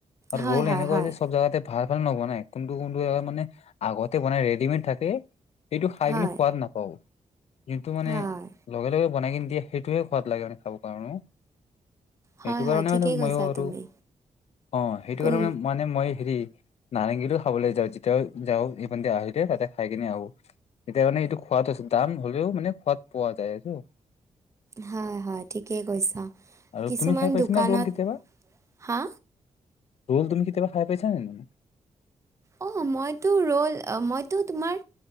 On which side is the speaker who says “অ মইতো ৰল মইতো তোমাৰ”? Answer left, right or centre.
Right